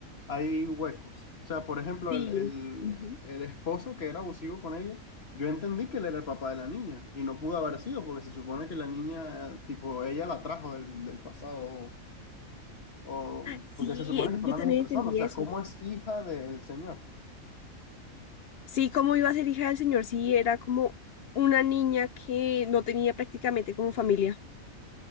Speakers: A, on the left; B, on the left.
A: hay huecos. O sea, por ejemplo,
B: Sí,
A: el, el,
B: ujú.
A: el esposo que era abusivo con ella, yo entendí que él era el papá de la niña y no pudo haber sido porque se supone que la niña, eh, tipo, ella la trajo del, del pasado o, o-
B: Sí,
A: porque se supone que son
B: yo
A: la
B: también
A: misma persona,
B: entendí
A: o sea,
B: eso.
A: ¿cómo es hija del señor?
B: Sí, como iba a ser hija del Señor, sí, era como una niña que no tenía prácticamente como familia.